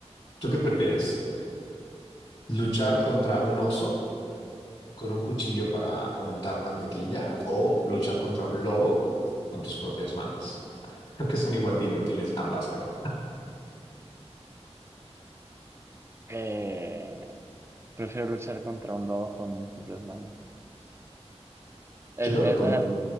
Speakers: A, on the left (about 55°); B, on the right (about 25°).
A: ¿Tú qué prefieres? ¿Luchar contra un oso con un cuchillo para untar mantequilla o luchar contra un lobo con tus propias manos? Creo que son igual de inútiles ambas, pero
B: Eh, prefiero luchar contra un lobo con mis propias manos. El,
A: yo creo
B: el-
A: que con,
B: ajá,